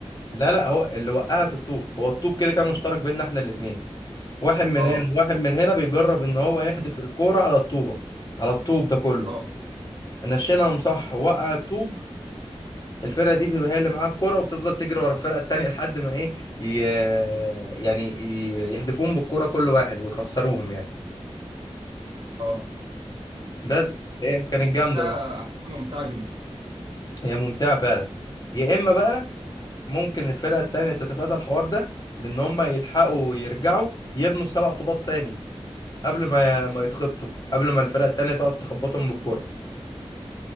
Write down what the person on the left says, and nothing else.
لا لا هو اللي وقعت الطوب هو الطوب كده كان مشترك بيننا احنا الاتنين واحد من
هنا واحد من هنا بيجرب ان هو يحدف الكوره على الطوبه على الطوب ده كله
نشينهم صح وقع الطوب الفرقه دي بتبقى هي اللي معاها الكوره وبتفضل تجري ورا الفرقه التانيه لحد ما ايه ي... آه، يعني ي... يحدفوهم بالكوره كل واحد ويخسروهم يعني
بس هي كانت جامده
بقى
هي ممتعه فعلا يا اما بقى ممكن الفرقه التانيه تتفادى الحوار ده بان هم يلحقوا يرجعوا يبنوا سبع طوبات تاني قبل ما ما يتخبطوا قبل ما الفرقه التانيه تقعد تخبطهم بالكوره